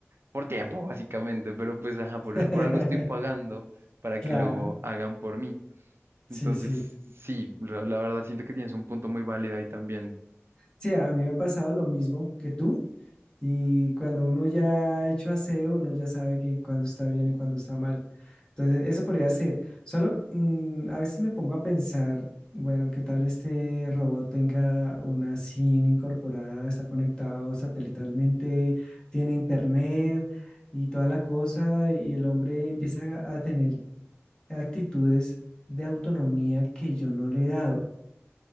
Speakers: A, on the right; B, on the left.
A: por tiempo, <laughs> básicamente, pero pues ajá, por,
B: <laughs>
A: por algo estoy pagando para
B: Claro,
A: que lo hagan por mí.
B: sí,
A: Entonces,
B: sí.
A: sí, la, la verdad siento que tienes un punto muy válido ahí también.
B: Sí, a mí me ha pasado lo mismo que tú. Y cuando uno ya ha hecho aseo, uno ya sabe que cuando está bien y cuando está mal. Entonces, eso podría ser. Solo mm, a veces me pongo a pensar, bueno, ¿qué tal este robot tenga una SIM incorporada, está conectado satelitalmente, tiene internet y toda la cosa? Y el hombre empieza a a tener actitudes de autonomía que yo no le he dado.